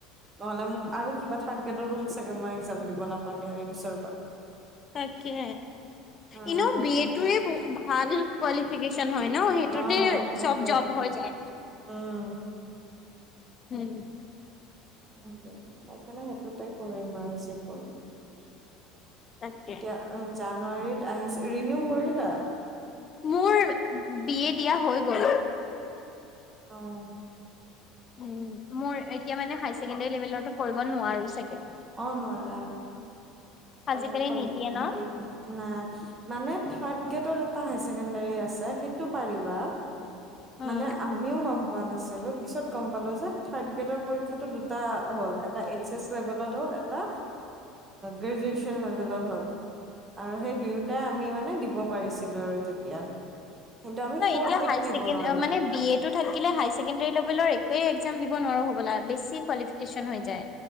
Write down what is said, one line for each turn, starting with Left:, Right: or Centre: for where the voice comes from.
Right: নহ'লে মোক আৰু কিবা থ্ৰাৰ্ড গ্ৰেডৰ মোৰ চাগে মই এক্সাম দিব নাপামে আৰু পিছৰপৰা।
Left: তাকে
Right: নালাগে
Left: ইনেও বি
Right: মোক
Left: এ টোৱে ভাল কোৱালিফিকেশ্যন হয়। ন সেইটোতে
Right: অ সেইটোৱে
Left: চ'ব জব্দ হৈ যায়।
Right: উম
Left: উম।
Right: সেইটোৱে, সেইকাৰণে সেইটোতে কৰিম আৰু যিকন এতিয়া
Left: তাকে
Right: অ' জান জানুৱাৰীত আহিছে ৰিনিউ কৰি না
Left: মোৰ বি এ দিয়া হৈ গ'ল।
Right: অহ'
Left: উম, মোৰ এতিয়া মানে হাই ছেকেণ্ডাৰী লেভেলোটো কৰিব নোৱাৰোঁ চাগে
Right: অহ' নোৱাৰা। তুমি
Left: আজিকালি
Right: অকন
Left: নিদিয়ে ন
Right: দিগ না মানে থ্ৰাৰ্ড গ্ৰেডত এটা হায় ছেকেণ্ডাৰী আছে, সেইটো পাৰিবা।
Left: উম
Right: মানে আমিও গম পোৱা নাছিলোঁ। পিছত গম পালো যে থাৰ্ড গ্ৰেডৰ পৰীক্ষাটো দুটা হ'ল এটা এইচ এচ লেভেলত হ'ল এটা গ্ৰেজুৱেচন লেভেলত হ'ল আৰু সেই দুয়োটাই আমি মানে দিব পাৰিছিলো আৰু তেতিয়া। কিন্তু আমি
Left: ন
Right: ফৰ্থ
Left: এতিয়া
Right: গ্ৰেড দিব নোৱাৰো
Left: মানে বি এ টো থাকিলে হাই ছেকেণ্ডী লেভেলৰ একোৱে একযাম দিব নোৱাৰো হ'বলা, বেছি কোৱালিফিকেশন হৈ যায়।